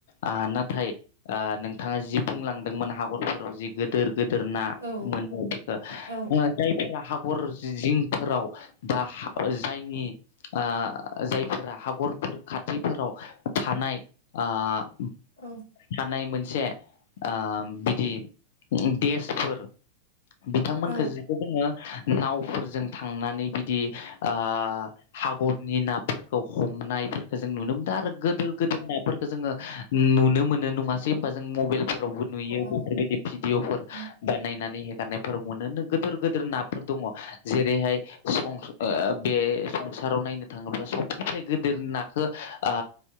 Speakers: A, on the left; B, on the left.
A: आ नाथाय ओ नोंथाङा जि बुंलांदोंमोन हागरफोराव जि गोदोर गोदोर ना
B: औ
A: मोनो बेखौ
B: औ
A: ओ जायफोरा हगर जिंफोराव बा हा जायनि ओ जायफोरा हगरफोर खाथिफोराव थानाय ओ
B: औ
A: थानाय मोनसे ओ बिदि देसफोर बिथांमोनखो
B: औ
A: जिखौ जोङो नावफोरजों थांनानै बिदि ओ हागरनि नाफोरखौ हमनायफोरखौ जों नुनो मोनदों आरो गोदोर गोदोर नाफोरखौ जोङो नुनो मोनो नङासै होमबा जों मबाइलफो रावबो नुयो
B: औ
A: बेफोरबायदि
B: औ
A: भिडिअफोर
B: औ
A: बाथ नायनानै हेगारनायफोराव मोनो गोदोर गोदोर नाफोर दङ जेरैहाय सं ओ बे संसाराव नायनो थाङोब्ला सबनिफ्राय गोदोर नाखौ आ